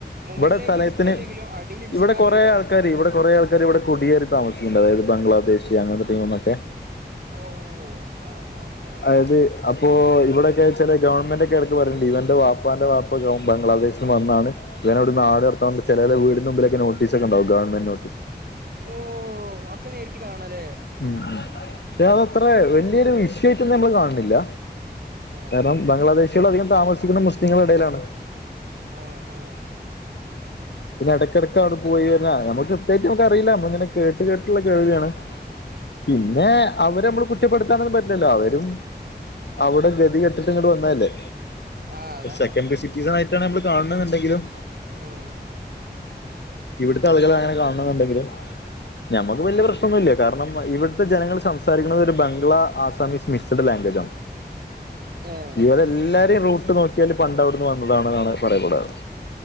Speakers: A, on the right; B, on the left.
A: മുകളിലേക്ക്
B: വടെ സ്ഥലയ്ത്തിന്
A: എടുത്തില്ലെങ്കിലും അടിയിൽ വിസ്താരം
B: ഇവടെ കൊറേ
A: ഒരുപാടുണ്ടാവും
B: ആൾ. ആൾക്കാര് ഇവിടെ കൊറേയാൾക്കാരിവിടെ കുടിയേറി താമസിക്ക്ണ്ട് അതായത് ബംഗ്ലാദേശ് അങ്ങനത്തെ ടീമ്ന്നൊക്കെ
A: ഓഹ് ആഹ് ആഹ് ആഹ്.
B: അതായത് അപ്പോ ഇവിടൊക്കെ ചെല ഗവൺമെന്റൊക്കെ എടക്ക് പറയ്ണ്ട് ഇവന്റെ വാപ്പാന്റെ വാപ്പ ബംഗ്ലാദേശ്ന്ന് വന്നാണ് ചേലോരെവട്ന്ന് നാട്കടത്താൻ വേണ്ടി ചേലോൽടെ വീടിന് മുമ്പിലൊക്കെ നോട്ടീസൊക്ക്ണ്ടാവും ഗവൺമെന്റ് നോട്ടീസ്
A: ഓ അതൊക്കെ നേരിട്ട് കാണല്ലേ
B: ഉം ഉം പക്ഷെ അതത്ര വല്യൊരു വിഷയായിട്ടൊന്നും നമ്മള് കാണുന്നില്ല
A: ആഹ്
B: കാരണം ബംഗ്ലാദേശികൾ അധികം താമസിക്കുന്നത് മുസ്ലിങ്ങളെടെലാണ്.
A: ആഹ്. ആഹ്
B: പിന്നെടക്കെടക്കൗടെ പോയിവെര്ണ നമ്മക്ക് കൃത്യായിട്ടുമ്ക്കറീല നമ്മള്ങ്ങനെ കേട്ട് കേട്ടുള്ള കേൾവ്യാണ്. പിന്നെ അവരെമ്മള് കുറ്റപ്പെടുത്താനൊന്നും പറ്റില്ലല്ലോ അവരും അവിടെ ഗതികെട്ടിട്ട്ങ്ങ്ട് വന്നതല്ലേ
A: ആഹ് അതാണ്
B: ഒര് സെക്കൻ
A: അതാണ്
B: വിസിറ്റീസായിട്ടാണ് നമ്മള് കാൺ ണ്ന്ന്ണ്ടെങ്കിലും.
A: ഉം
B: ഇവിടുത്താളുകളെങ്ങനെ കാണണെന്ന്ണ്ടെങ്കിലും ഞമ്മക്ക് വല്ല്യ പ്രശ്നൊന്നുല്ല കാരണം ഇവിട്ത്തെ ജനങ്ങൾ സംസാരിക്ക്ണത് ഒരു ബംഗ്ലാ ആസാമിസ് മിക് സ്ട് ലാംഗ്വേജാണ്.
A: ഏഹ്
B: ഇവരെല്ലാരേം റൂട്ട് നോക്കിയാൽ പണ്ടവിടുന്ന് വന്നതാണെന്നാണ് പറയാറുള്ളത്